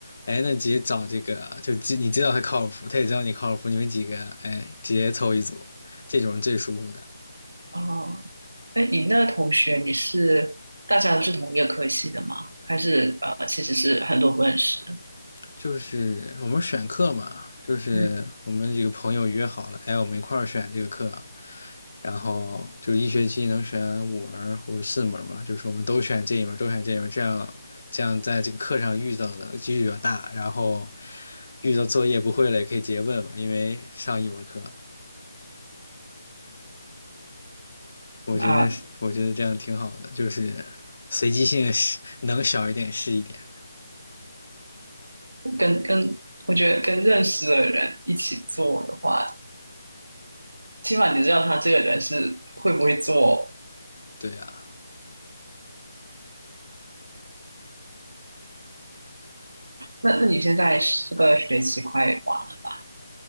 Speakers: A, on the left; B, on the right.
A: 哎，那直接找这个，就知你知道他靠谱，他也知道你靠谱，你们几个哎直接凑一组，这种是最舒服的。
B: 哦，哎，你那同学你是大家都是同一个科系的吗？还是呃，其实是很多不认识的？
A: 就是我们选课嘛，就是我们几个朋友约好了，
B: 嗯
A: 哎，我们一块儿选这个课，然后就一学期能选五门或者四门嘛，就是我们都选这一门都选这一门这样这样在这个课上遇到的几率比较大，然后遇到作业不会了也可以直接问嘛，因为上一门课，我觉得我觉得这样挺好的，
B: 啊，
A: 就是随机性是能小一点是一点。
B: 跟跟我觉得跟认识的人一起做的话，起码你知道他这个人是会不会做。
A: 对啊，
B: 那那你现在是这个学期快完了吧？